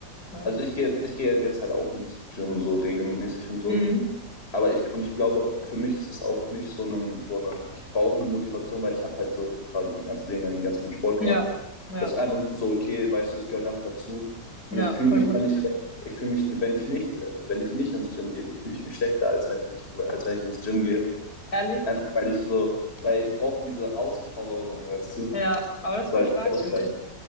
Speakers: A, on the left (about 60°); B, on the left (about 35°).
A: ja.
B: Also ich gehe jetzt, ich gehe jetzt halt auch ins Gym so regelmäßig und so.
A: Mhm.
B: aber ich, und ich glaube, für mich ist es auch nicht so ein, so ein ich brauche eine Motivation, weil ich habe halt so quasi mein ganzes Leben lang den ganzen Sport
A: Ja,
B: gemacht.
A: ja,
B: Das ist einfach so, okay, weißt du, es gehört einfach dazu.
A: ja,
B: Und ich fühle
A: voll
B: mich,
A: gut.
B: wenn ich, wenn, ich fühle mich, wenn ich nicht, äh, wenn ich nicht ins Gym gehe, fühle ich mich schlechter, als wenn ich mich, als wenn ich ins Gym gehe.
A: Ehrlich?
B: Einfach weil ich so, weil ich brauche diese Auspowerung, weißt du?
A: Ja, aber das ist
B: So
A: voll
B: als
A: stark,
B: Ausgleich.
A: finde ich.